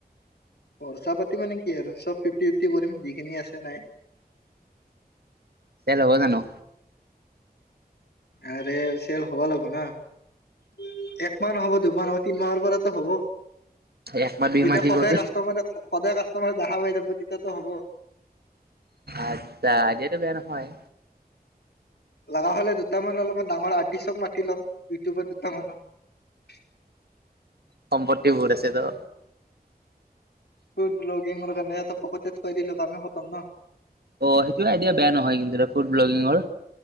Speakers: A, on the left; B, on the right.
A: খৰচা পাতি মানে কি আৰু চব ফিফটি ফিফটি কৰিম, যিখিনি আছে নাই ।
B: চেল হব যানো?
A: আৰু চেল হ'ব লাগব না । একমাহ নহ'ব দুমাহৰ, তিনি মাহৰ পৰাতো হব ।
B: একমাহ দুই
A: যেতিয়া
B: মাহ কি
A: সদায়
B: কৰি
A: কাষ্টমাৰ সদায় কা, তোমাৰ দেহা বাই যাব, তেতিয়াতো হ'ব ।
B: আটচ্ছা আইদিয়াটো বেয়া নহয়।
A: লগা হলে দুটামান অলপমান ডাঙৰ আৰ্টিচক মাতি লওক, ইউটিউবাৰ দুটামানো ।
B: সম্পত্তি বহুত আছে ন ।
A: ফুদভ্লগিংৰ কাৰণে ফকতিয়াত খোৱাই দিলে তোৰ কামে খতম ন । <unintelligible>
B: অ সেইটোৱে আইডিয়া বেয়া নহয় কিন্তু এ ফুড ব্লগিঙৰ ।